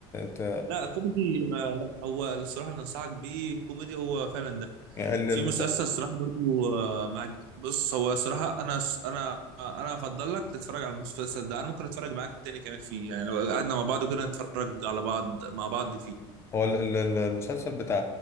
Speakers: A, on the left (about 20°); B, on the right (about 80°).
A: ت...
B: لا كوميدي ما- لا هو الصراحه اللي انصحك بيه كوميدي هو فعلا ده.
A: يعني
B: في مسلسل صراحة برضو آه، مع بص هو صراحة أنا أنا أنا أفضل لك تتفرج على المسلسل ده أنا ممكن أتفرج معاك تاني كمان فيه يعني لو قعدنا مع بعض وكده نتفرج على بعض مع بعض فيه
A: هو ال- ال- ال- المسلسل بتاع